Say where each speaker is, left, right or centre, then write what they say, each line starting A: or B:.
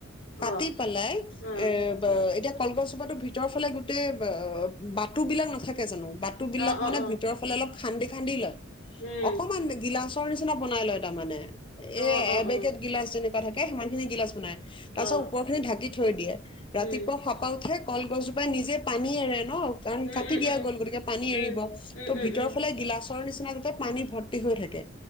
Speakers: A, on the left (about 25°); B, on the left (about 75°).
A: পাতি
B: অ
A: পেলাই,
B: অ
A: এ ব এতিয়া কলগছজোপাটো ভিতৰ ফালে গোটেইব বাতু বিলাক নাথাকে জানো, বাটু বিলাক
B: অ অ
A: মানে
B: অ
A: ভিতৰৰ ফালে অলপ খান্দি খান্দি লয়।
B: উম।
A: অকমান গিলাচ তৰ নিচিনা বনাই লয় তাৰমানে।
B: অ
A: এই
B: অ
A: এবেগেত
B: অ
A: গিলাচ যেনেক থাকে, সিমান খিনি গিলাচ বনাই। তাৰপাছত
B: অ
A: ওপৰ খিনি ঢাকি থৈ দিয়ে। ৰাতিপুৱা
B: উম
A: সাপা উঠেক কলগছজোপাই নিজে পানী এৰে ন, কাৰণ
B: উম
A: কাটি
B: উম
A: দিয়া
B: উম
A: গ'ল, গতিকে পানী এৰিব,
B: উম উম
A: ত'
B: উম
A: ভিতৰফালে
B: উম
A: গিলাচ তৰ নিচিনা পানী ভৰ্তি হৈ থাকে। কে,